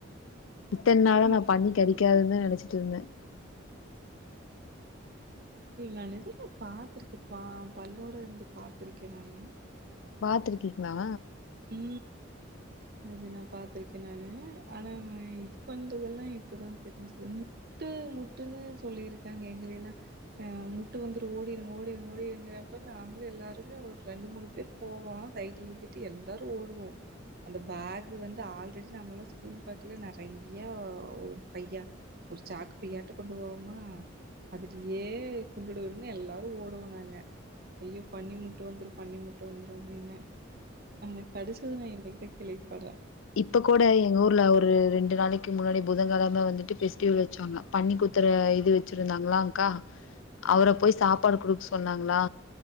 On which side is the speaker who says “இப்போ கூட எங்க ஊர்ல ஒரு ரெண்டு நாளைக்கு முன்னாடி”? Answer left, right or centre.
Left